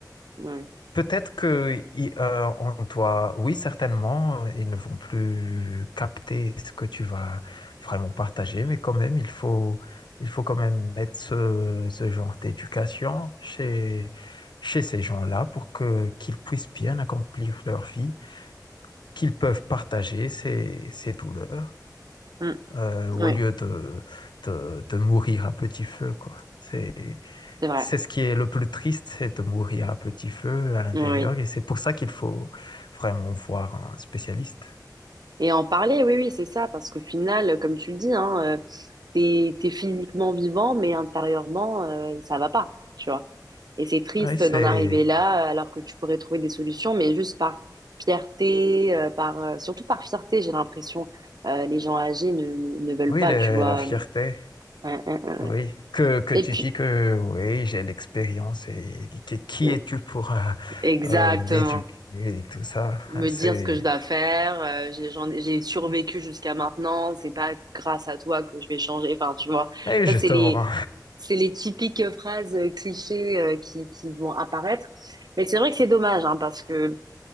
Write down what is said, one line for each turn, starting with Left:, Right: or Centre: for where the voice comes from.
Right: oui.
Left: Peut-être que i- euh, on doit, oui, certainement, euh, ils ne vont plus capter ce que tu vas vraiment partager, mais quand même, il faut, il faut quand même mettre ce, ce genre d'éducation chez, chez ces gens-là pour que qu'ils puissent bien accomplir leur vie, qu'ils peuvent partager ces, ces douleurs
Right: Mm,
Left: euh, au
Right: oui,
Left: lieu de, de, de mourir à petit feu, quoi. C'est,
Right: c'est vrai.
Left: c'est ce qui est le plus triste, c'est de mourir à petit feu à l'intérieur.
Right: Oui.
Left: Et c'est pour ça qu'il faut vraiment voir un spécialiste.
Right: Et en parler, oui, oui, c'est ça, parce qu'au final, comme tu le dis, hein, euh, t'es, t'es physiquement vivant, mais intérieurement, euh, ça va pas, tu vois. Et c'est triste
Left: Oui, c'est,
Right: d'en arriver là, alors que tu pourrais trouver des solutions, mais juste par fierté, euh, par, euh, surtout par fierté, j'ai l'impression, euh, les gens âgés ne, ne, ne veulent
Left: oui,
Right: pas,
Left: le-
Right: tu vois.
Left: la fierté.
Right: Euh, euh, euh. euh.
Left: Oui, que, que
Right: Et
Left: tu
Right: puis,
Left: dis que oui, j'ai l'expérience et qui, qui
Right: euh,
Left: es-tu pour euh,
Right: exactement.
Left: euh, m'éduquer et tout ça.
Right: me
Left: C'est,
Right: dire ce que je dois faire. euh, j'ai, j'en ai- j'ai survécu jusqu'à maintenant. C'est pas grâce à toi que je vais changer. Enfin, tu vois,
Left: et
Right: ça,
Left: justement,
Right: c'est les, c'est les typiques phrases euh, clichés euh, qui, qui vont apparaître. Mais c'est vrai que c'est dommage, hein, parce que